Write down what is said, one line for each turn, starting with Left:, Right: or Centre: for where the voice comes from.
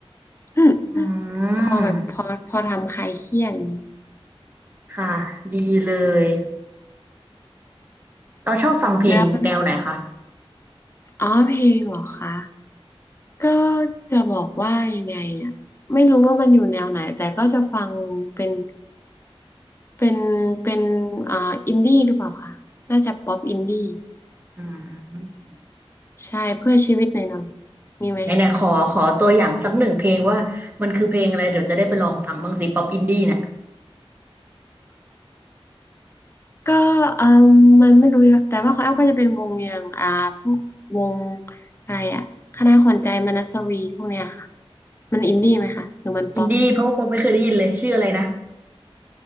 Left: อืม
Right: อื
Left: พอแบบพอพอทำคลายเครียดอย่างนี้
Right: มค่ะดีเลย เราชอบฟังเพลงแนวไหนคะ
Left: แล้วอ๋อเพลงเหรอคะ ก็จะบอกว่ายังไงอ่ะไม่รู้ว่ามันอยู่แนวไหนแต่ก็จะฟังเป็นเป็นเป็นอ่าอินดี้หรือเปล่าคะน่าจะป๊อปอินดี้
Right: อืม
Left: ใช่เพื่อชีวิตหน่อยหน่อยมีไหม
Right: ไหนไหนขอขอตัวอย่างสักหนึ่งเพลงว่ามันคือเพลงอะไรเดี๋ยวจะได้ไปลองฟังบ้างสิป๊อปอินดี้เนี่ย
Left: ก็เออมมันไม่รู้แต่ว่าของแอมก็จะเป็นวงอย่างอ่าพวกวงอะไรอ่ะคณะขวัญใจมนัสวีพวกเนี้ยค่ะมันอินดี้ไหมคะหรือมันป๊อป
Right: อินดี้เพราะว่าป๊อปไม่เคยได้ยินเลยชื่ออะไรนะ